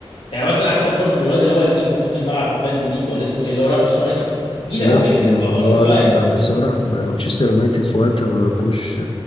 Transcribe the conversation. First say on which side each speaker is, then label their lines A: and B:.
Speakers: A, on the left; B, on the left.
A: يعني مثلا احسن برضو من الواد اللي هو اللي كان في نص الملعب فان دي بيك ولا اسمه ايه اللي هو راح مانشستر يونايتد جيل
B: لا
A: هو جيل
B: ما
A: جيل 19
B: هو
A: بتاع
B: لا
A: اياكس
B: ب- بس هو راح ب- مانشستر يونايتد في وقت هما ما كانوش